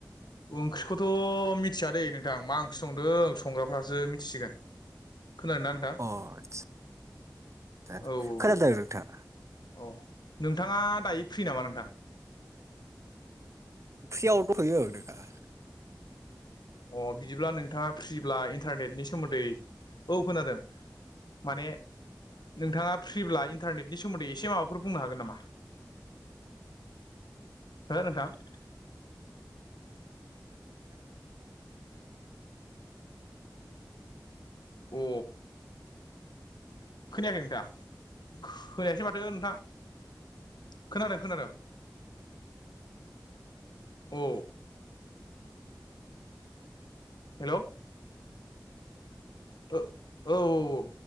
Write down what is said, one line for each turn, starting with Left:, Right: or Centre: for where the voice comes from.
Left: ओंख्रिखौथ' मिथियाादे नों नदांं मा ओंख्रि संदों संग्राफ्रासो मिथिसिगोन खोनादों ना नोंथां
Right: अ आसा
Left: औ औ
Right: खोनादों नोंथां?
Left: औ नोंथाङा दायो फ्रि नामा नोंथां
Right: ओंख्रियाव दख'यो <unintelligible>
Left: अ बिदिब्ला नोंथाङा फ्रिब्ला इन्टारनेटनि सोमोन्दै औ खोनादों माने नोंथाङा फ्रिब्ला इन्टारनेटनि सोमोन्दै एसे माबाफोर बुंनो हागोन नामा? हो नोंथां? अ खोनायाखै नोंथां खोनायासै माथो नोंथां? खोनादों खोनादों औ हेल' औ औ औ